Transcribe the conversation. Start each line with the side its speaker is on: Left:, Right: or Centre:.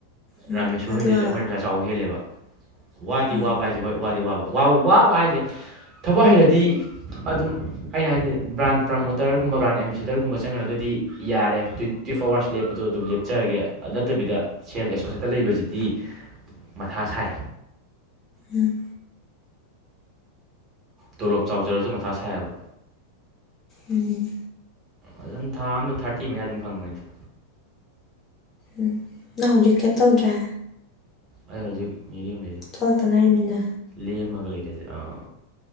Left: ꯎꯝ
Right: ꯔꯥꯃꯦꯁꯣꯔ
Left: ꯋꯥꯗꯤ
Right: ꯍꯧꯏꯗꯩꯩꯁꯨ
Left: ꯋꯥꯕ
Right: ꯑꯩꯈꯣꯏꯅ ꯄꯩꯁꯥ ꯆꯥꯎꯕ ꯍꯦꯜꯂꯦꯕ ꯋꯥꯗꯤ
Left: ꯎꯝ
Right: ꯋꯥꯕ ꯍꯥꯏꯁꯦ ꯍꯣꯏ ꯋꯥꯗꯤ ꯋꯥꯕ ꯋꯥꯕ ꯋꯥꯕꯥ ꯍꯥꯏꯁꯦ ꯊꯕꯛ ꯍꯩꯔꯗꯤ ꯑꯗꯨꯝ ꯑꯩꯅ ꯍꯥꯏꯖꯤꯅꯦ ꯕ꯭ꯔꯥꯟ ꯄ꯭ꯔꯃꯣꯇꯔ ꯨꯝꯕꯥꯟ ꯑꯦꯝꯁꯦꯗꯔꯒꯨꯝꯕ ꯆꯪꯈ꯭ꯔꯒꯗꯤꯌꯔꯦ ꯇꯨꯏꯟꯇꯤ ꯐꯣꯔ ꯑꯋꯥꯔꯁ ꯂꯦꯞꯄꯗꯣ ꯑꯗꯨꯝ ꯂꯦꯞꯆꯔꯒꯦ ꯅꯠꯇꯕꯤꯗ ꯁꯦꯜ ꯑꯦꯁꯣꯁꯦꯠꯇ ꯂꯩꯕꯁꯤꯗꯤ ꯃꯊꯥ ꯁꯥꯏ
Left: ꯎꯝ
Right: ꯇꯣꯂꯣꯞ ꯆꯥꯎꯖꯔꯁꯨ ꯃꯊꯥ ꯁꯥꯏꯕ
Left: ꯎꯝ
Right: ꯑꯗꯨꯝ ꯊꯥ ꯑꯝꯗ ꯊꯥꯔꯇꯤ ꯃꯌꯥꯗꯤ ꯗꯨꯝ ꯐꯪꯕꯅꯤꯗ
Left: ꯎꯝ ꯅꯪ ꯍꯧꯖꯤꯛ ꯀꯩꯝ ꯇꯧꯗ꯭ꯔꯦ
Right: ꯑꯩ ꯍꯧꯖꯤꯛ ꯃꯤꯔꯦꯝ ꯅꯤ
Left: ꯊꯣꯛꯂꯛꯇ ꯉꯥꯏꯔꯤꯃꯤꯅ
Right: ꯂꯦꯝꯃꯒ ꯂꯩꯗꯖꯦ ꯑꯥ